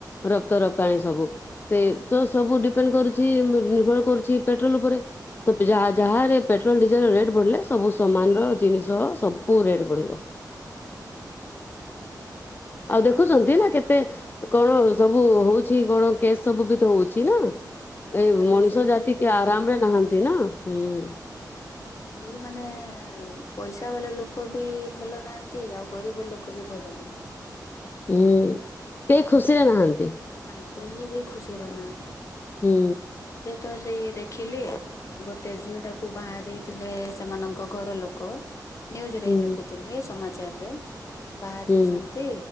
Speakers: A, on the left; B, on the left.
A: ରକ୍ତ
B: ଆଜ୍ଞା
A: ରପ୍ତାଣୀ ସବୁ ସେ
B: ଆଜ୍ଞା
A: ତ ସବୁ କର ନିର୍ଭର କରୁଛି ପେଟ୍ରୋଲ ଉପରେ ଯ ଯାରେ ପେଟ୍ରୋଲ ଡିଜେଲ ରେଟ୍ ବଢିଲେ ସବୁ ସମାନ ର ଜିନିଷ ସବୁ ରେଟ୍ ବଢିବ।
B: ଆଜ୍ଞା।
A: ଆଉ ଦେଖୁଛନ୍ତି ନା କେତେ କଣ ସବୁ ହଉଛି କଣ କେସ୍ ସବୁ ବି ହଉଛି? ଅଛି ନା
B: ହଁ ବହୁତ
A: ଏ ମଣିଷ
B: ଏବେ ସେଇଟା
A: ଜାତି
B: ହିଁ ଦେଖୁଥିଲି
A: କିଏ ଆରାମ ରେ ନାହାନ୍ତି ନା? ହୁଁ ଉ
B: କେହି ମାନେ ଏ ପଇସା ବାଲା ଲୋକ ବି ଭଲ ନାହାନ୍ତି ଆଉ ଗରିବ ଲୋକ ବି ଭଲ ନାହାନ୍ତି।
A: ଉଁ କେହି
B: ଏବେ
A: ଖୁସିରେ
B: ସବୁ ସେମିତି
A: ନାହାନ୍ତି
B: ନା କେହି ବି ଖୁସିରେ ନାହାଁନ୍ତି।
A: ହୁଁ
B: ତ ସେଇ ଦେଖିଲି ଗୋଟେ ଝିଅ ଟାକୁ ବାହା ଦେଇଥିଲେ ସେମାନଙ୍କ ଘର ଲୋକ ନ୍ୟୁଜ ରେ
A: ହୁଁ
B: ଦେଖୁଥିଲି ସମା ପାଚାରରେ ବାହା
A: ହୁଁ
B: ଦେଇଛନ୍ତି